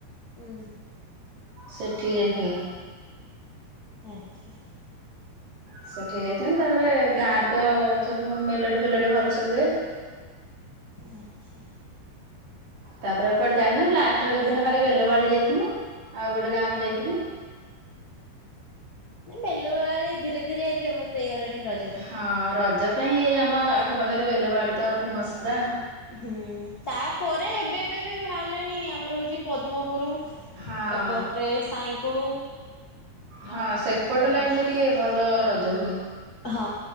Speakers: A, on the left; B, on the right.
A: ଉଁ
B: ସେଠିକି ଯାଇଥିନ୍।
A: ଆଚ୍ଛା।
B: ସେଠିକି ଯାଇଥାନ୍ତି ତାପରେ ଗାଁରେ ତ ସବୁ ମେଲୋଡ଼ି ଫେଲୋଡ଼ି ଭଲସେ ହୁଏ।
A: ଆଚ୍ଛା।
B: ତାପରେ ଆଉ କୁଆଡେ ଯାଇନୁ ଲାଷ୍ଟ୍ ରଜ ଦିନ ଖାଲି ବେଲବାଳି ଯାଇଥିନୁ ଆଉ ଗୋଟେ ଗାଁକୁ ଯାଇଥିନୁ।
A: ହୁଁ ବେଲବାଆଳି ଧୀରେ ଧୀରେ ଫେମସ୍ ହେଇଗଲାଣି। ରଜ ପାଇଁ।
B: ହଁ ରଜ ପାଇଁ ଆମ ଆଖପାଖରେ ବେଲବାଆଳି ତ ଫେମସ୍ ପୁରା।
A: ହୁଁ ତାପରେ ଏବେ ଏବେ ବି ବାହାରିଲାଣି ଆମର ହଉଛି ପଦ୍ମପୁରୁ।
B: ହଁ
A: ଏପଟ୍ ରେ ସାଇଁକୁଳୁ
B: ହଁ
A: ଆଉ
B: ସେପଟ୍ ଲାଇନ୍ ଟା ଟିକେ ଭଲ ରଜ ହୁଏ।
A: ହଁ